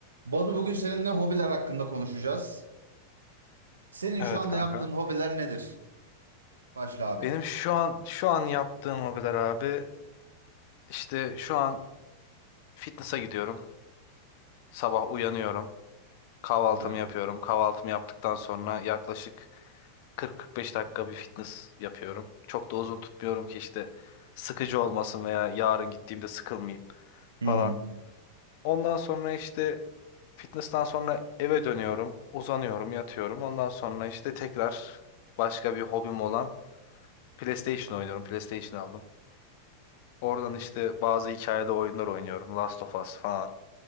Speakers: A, on the right; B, on the left.
A: Batu bugün seninle hobiler hakkında konuşacağız. Senin
B: Evet
A: şu anda
B: kanka.
A: yaptığın hobiler nedir? Başla abi.
B: Benim şu an şu an yaptığım hobiler abi işte şu an fitness'a gidiyorum. Sabah uyanıyorum. Kahvaltımı
A: Güzel.
B: yapıyorum. Kahvaltımı yaptıktan sonra yaklaşık 40-45 dakika bir fitness yapıyorum. Çok da uzun tutmuyorum ki işte sıkıcı olmasın veya yarın gittiğimde sıkılmayayım
A: Hı
B: falan.
A: hı.
B: Ondan sonra işte fitness'tan sonra eve dönüyorum. Uzanıyorum, yatıyorum. Ondan sonra işte tekrar başka bir hobim olan PlayStation oynuyorum. PlayStation aldım. Oradan işte bazı hikayeli oyunlar oynuyorum. Last of Us falan.